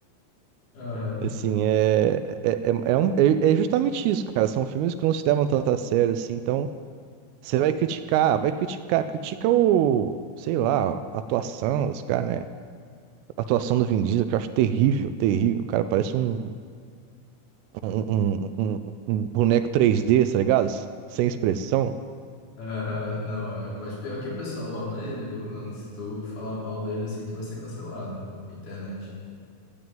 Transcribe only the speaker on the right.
Assim, é, é, é, é um- é- é justamente isso, cara. São filmes que não se levam tanto a sério, assim, então você vai criticar, vai criticar, critica o, sei lá, a atuação dos caras, né? A atuação do Vin Diesel, que eu acho terrível, terrível. O cara parece um, um, um, um- um boneco 3D, tá ligado? Sem expressão.